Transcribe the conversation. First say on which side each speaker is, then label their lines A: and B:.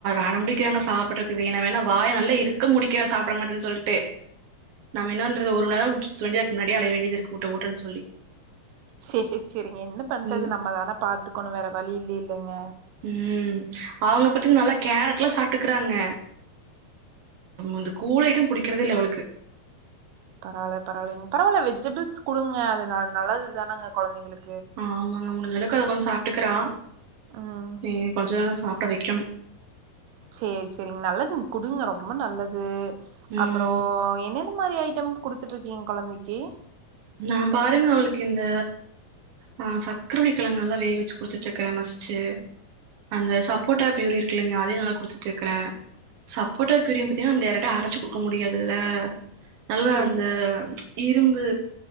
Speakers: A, on the right; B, on the right.
A: அடம் பிடிக்கிறாங்க சாப்டறதுக்கு என்ன வேணா வாய நல்லா இருக்க மூடிக்கிறா சாப்ட மாட்டேன் சொல்ட்டு. நாம என்னா பண்றது ஒரு மணி நேரம் விட்டு <inaudible> இருக்கு முன்னாடியே அழைய வேண்டியதிருக்கு ஊட்ட ஊட்டன் சொல்லி
B: செரி செரிங்க என்ன பண்றது
A: ம்
B: நம்ம தான பாத்துக்கணு வேற வழி இல்லேலங்க
A: ம் அவங்க பத்தீங் நல்லா கேரட்லா சாப்ட் எத்துக்கறாங்க அந்த கூழ் ஐட்டம் புடிக்கிறதே இல்ல அவளுக்கு
B: பரவால்ல பரவால்லைங்க பரவால்ல வெஜிடபிள்ஸ் குடுங்க அது நல்லது தானாங்க கொழந்தைங்களுக்கு
A: ஆ ஆமாங்க முடிஞ்ச அளவுக்கு அவ கொஞ்சோ சாப்ட்டுக்கறா
B: ம்
A: இனி கொஞ்சோ சாப்ட வைக்கணு
B: செரி செரிங்க நல்லது குடுங்க ரொம்ப நல்லது
A: ம்
B: அப்பற இப்போ என்னென்ன மாரி ஐட்டம் குடுத்துட்டு இருக்கீங்க கொழந்தைக்கு
A: நா பாருங்க அவளுக்கு இந்த ஆ. சக்கரவள்ளி கிழங்க நல்லா வேக வச்சு குடுத்துட்டு இருக்குற மசிச்சு அந்த சப்போர்ட்டா ப்யூரி இருக்குல்லைங்க அதையு நல்லா குடுத்துட்டு இருக்குற சப்போர்ட்டா ப்யூரியு பாத்தீங்கன்னா நம்ம டைரக்டா அரைச்சு குடுக்க முடியாதுல்ல நல்லா
B: சேரி
A: அந்த இரும்பு